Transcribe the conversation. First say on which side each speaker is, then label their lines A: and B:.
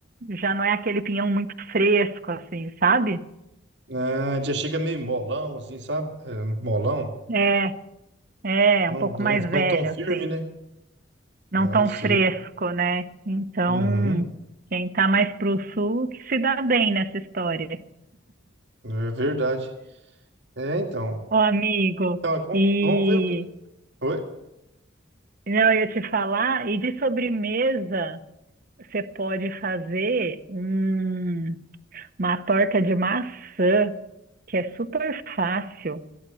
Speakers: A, on the right; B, on the right.
A: já não é aquele pinhão muito fresco assim, sabe?
B: Ah, já chega meio molão, assim, sabe? É, molão,
A: É, É,
B: não,
A: um pouco
B: não,
A: mais velho,
B: não tão firme,
A: assim.
B: né?
A: Não
B: Ah,
A: tão
B: eu sei.
A: fresco, né? Então,
B: Uhum,
A: quem tá mais pro sul que se dá bem nessa história.
B: é verdade. É, então.
A: Ô, amigo,
B: Então, é, vamos,
A: e
B: vamos ver o que. Oi?
A: não, eu ia te falar, e de sobremesa, você pode fazer um- uma torta de maçã, que é super fácil.